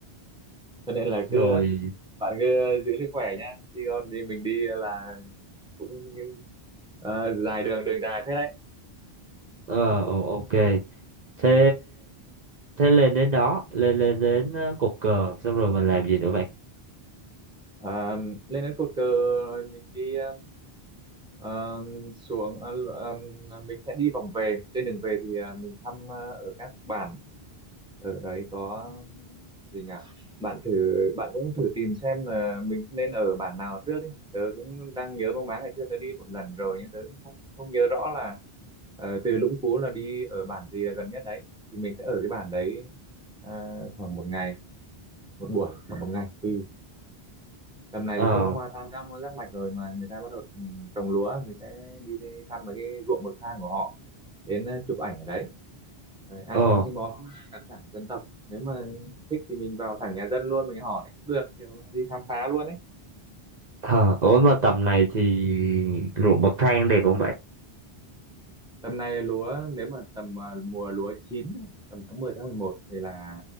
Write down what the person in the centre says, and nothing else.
cho nên là
cứ bạn cứ giữ sức khỏe nhá đi con đi mình đi là cũng ờ, dài đường đường dài thế đấy
À, lên đến cột cờ rồi mình đi ờ, ờ, xuống ờ, ờ, mình sẽ đi vòng về trên đường về thì ờ, mình thăm ờ, ở các bản ở đấy có ừm, gì nhỉ bạn thử bạn cũng thử tìm xem là mình nên ở bản nào trước đi tớ cũng đang nhớ mang máng ngày xưa tớ đi một lần rồi nhưng tớ cũng không, không nhớ rõ là ờ, từ Lũng Cú là đi ở bản gì là gần nhất đấy thì mình sẽ ở cái bản đấy à, khoảng một ngày một buổi khoảng một ngày tùy tầm này
thì không có hoa tam giác giác mạch rồi mà người ta bắt đầu ừ, trồng lúa mình sẽ đi, đi thăm mấy cái ruộng bậc thang của họ đến ờ, chụp ảnh ở đấy Rồi ăn
những cái món đặc sản dân tộc nếu mà thích thì mình vào thẳng nhà dân luôn mình hỏi cũng được kiểu đi khám phá luôn ấy
tầm này lúa nếu mà tầm à, mùa lúa chín ấy, tầm tháng 10 tháng 11 thì là